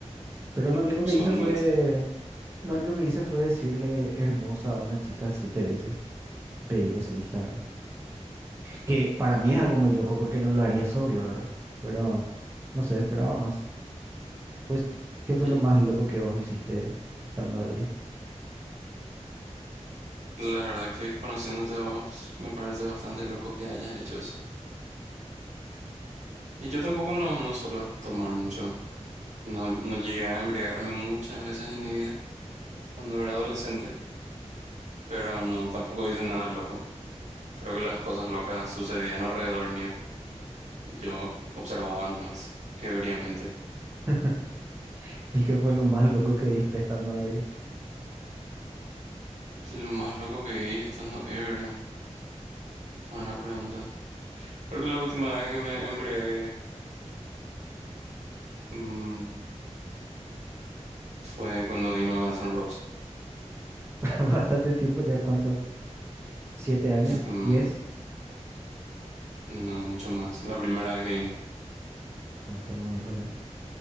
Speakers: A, on the right; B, on the right.
A: Pero lo único
B: usualmente.
A: que hice fue, lo único que hice fue decirle hermosa a una chica siete veces y pedirle su Instagram, que para mí es algo muy loco porque no lo haría sobrio, ¿verdad? Pero no sé, esperaba más. Pues, ¿qué
B: Y
A: fue lo más loco que vos hiciste estando ebrio?
B: y la verdad que conociéndote a vos me parece bastante loco que hayas hecho eso. Y yo tampoco no, no suelo tomar mucho, no, no llegué a embriagarme muchas veces en mi vida cuando era adolescente, pero no, tampoco hice nada loco. Creo que las cosas locas sucedían alrededor mío y yo observaba nomás ebriamente.
A: <laughs> ¿Y qué fue lo más loco que viste estando ebrio?
B: Y lo más loco que vi estando ebrio, buena pregunta. Creo que la última vez que me embriagué... mm, Fue cuando vino Guns N' Roses.
A: <laughs> Bastante tiempo ya, ¿cuánto? ¿Siete años?
B: Mm,
A: ¿Diez?
B: no mucho más. La primera vez que vino.
A: ¿O estamos viejos ya?